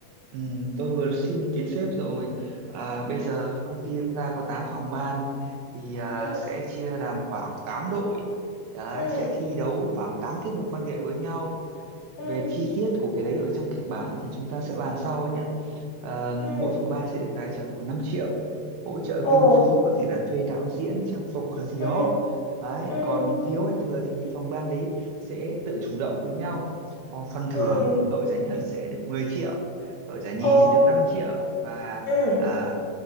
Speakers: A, on the right (about 80°); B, on the left (about 45°).
A: Ừ, tôi vừa xin ý kiến sếp rồi. À, bây giờ công ty chúng ta có 8 phòng ban thì à,
B: ừ
A: sẽ chia làm khoảng 8 đội. Đấy,
B: ừ
A: sẽ thi đấu khoảng 8 tiết mục văn nghệ với nhau
B: ừ
A: về chi tiết của cái đấy ở trong kịch bản thì chúng ta sẽ bàn sau nhé Ờ,
B: ừ
A: mỗi phòng ban sẽ được tài trợ khoảng 5 triệu hỗ trợ
B: ồ
A: kinh phí có thể là thuê đạo diễn trang phục hoặc gì
B: ừ
A: đó đấy
B: ừ
A: còn thiếu hay thừa thì phòng ban đấy sẽ tự chủ động với nhau còn phần thưởng
B: ừ
A: đội giải nhất sẽ được mười triệu đội giải nhì
B: ồ
A: sẽ được năm triệu và
B: ừ
A: à,